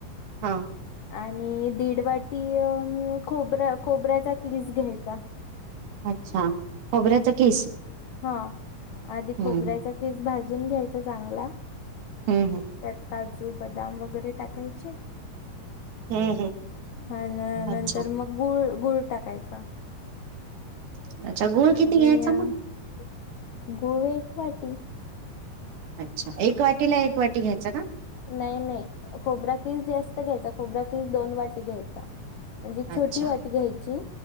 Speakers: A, on the right; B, on the left.
A: हा.
B: आणि दीडवाटी अ खोब खोबऱ्याचा कीस घ्यायचा. <inaudible>
A: अच्छा खोबऱ्याचा किस
B: <inaudible> हा <inaudible> आधी खोबऱ्याचा
A: हम्म
B: कीस भाजून घ्यायचा चांगला, <inaudible>
A: हम्म हम्म
B: त्यात काजू बदाम वगैरे टाकायचे. <inaudible>
A: हम्म हम्म.
B: आण नंतर
A: अच्छा
B: मग गुळ गुळ, टाकायचा. <inaudible>
A: <inaudible> अच्छा गुळ
B: आणि
A: किती घ्यायचा मग? <inaudible>
B: <inaudible> गुळ एक वाटी. <inaudible>
A: <inaudible> अच्छा एक वाटीला एक वाटी घ्यायचा का?
B: <inaudible> नाही नाही <inaudible> खोबरा कीस जास्त घ्यायचा खोबरा किस दोन वाटी घ्यायचा. <inaudible> म्हणजे छोटी
A: अच्छा
B: वाटी घ्यायची.